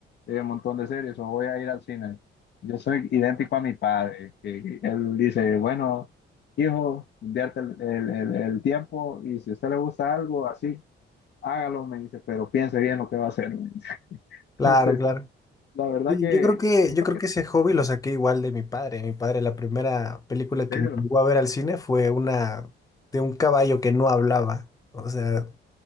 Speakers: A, on the left (about 60°); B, on the left (about 15°).
A: eh, un montón de series o voy a ir al cine. Yo soy idéntico a mi padre, que él dice, bueno, hijo, invierte el, el- el- el tiempo y si a usted le gusta algo, así, hágalo, me dice, pero piense bien lo que va a hacer. me dice. <laughs>
B: Claro,
A: Entonces,
B: claro.
A: la verdad
B: Sí,
A: que,
B: yo creo que,
A: no
B: yo creo
A: que-
B: que ese hobby
A: ajá,
B: lo
A: en
B: saqué igual de mi padre. Mi padre, la primera película
A: serio,
B: que me llevó a ver al cine fue una de un caballo que no hablaba, o sea,